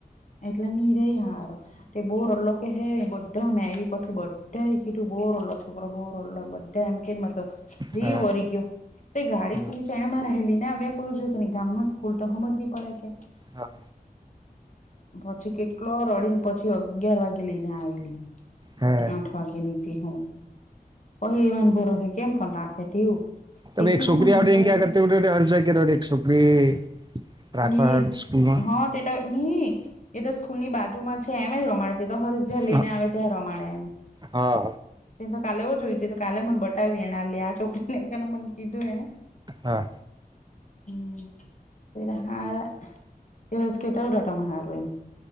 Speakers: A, on the left; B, on the right.
A: એટલે ની રે હારો એ બહુ રલો કે હે બધા મેરી બાકી બધા એ કીધું બોર અ છોકરો બોર અવલો બધા એમ કે માર તો જીવ
B: હા.
A: બળી ગયો. તે ગાડી
B: હા.
A: જઈ તો એને મા રહેલી ને આવ્યા કરું જો કે ન ગામમાં સ્કૂલ તો હમ જ નહી પડે કે
B: હા.
A: પછી કેટલો રડીને પછી અગિયાર વાગે લઈ ને આવેલી
B: હા.
A: આઠ વાગે નીતી હું એવા ન ભરોહે કેમ પણ રાખે તેવું
B: ત
A: એટલી
B: એક છોકરી
A: હમજ
B: આવડે
A: નહી પડે
B: ક્યાં
A: કે
B: કરતી હર્ષ કર એક છોકરી રાખવા
A: ની
B: સ્કૂલમાં
A: હા તેટ હ એ તો સ્કૂલની બાજુમાં છે એમ જ રમાડ તે તો હર્ષ જલીને
B: હા
A: આવે ત્યાર રમાડે એમ.
B: હા.
A: એતો કાલે જોયઈ ત તો કાલે મને બતાવી એના લ આ છોકરીને મને કીધું એને
B: હા
A: હમ. તે હારા તેસ કેટ ઉડાટમાં હાર તો એમ